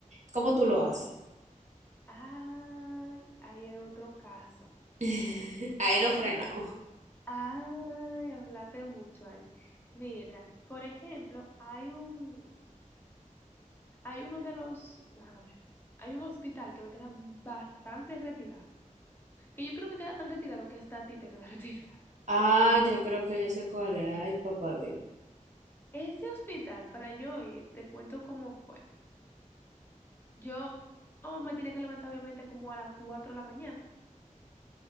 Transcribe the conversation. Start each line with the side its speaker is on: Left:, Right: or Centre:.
Right: ¿cómo tú lo haces?
Left: ay, ahí hay otro caso.
Right: <laughs> Ahí no frenamos.
Left: Ay, hablaste mucho ahí. Mira, por ejemplo, hay un, hay uno de los, a ver, hay un hospital que me queda bastante retirado, que yo creo que queda tan retirado que hasta a ti te queda <laughs> retirado.
Right: Ah, yo creo que yo sé cuál es. Ay, papá Dios.
Left: Ese hospital, para yo ir, te cuento cómo fue. Yo me tenía que levantar obviamente como a las 4 de la mañana